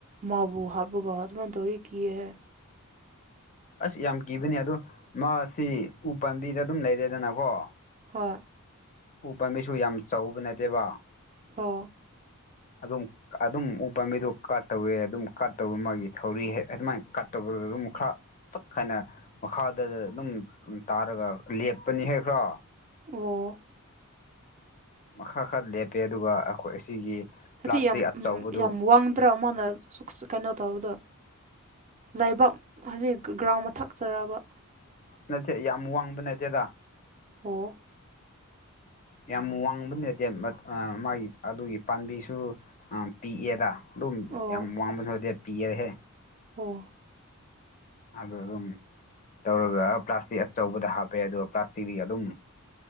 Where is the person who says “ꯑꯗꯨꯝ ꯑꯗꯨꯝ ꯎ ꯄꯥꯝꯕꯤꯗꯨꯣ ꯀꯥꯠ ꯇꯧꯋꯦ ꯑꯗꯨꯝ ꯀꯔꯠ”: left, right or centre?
Left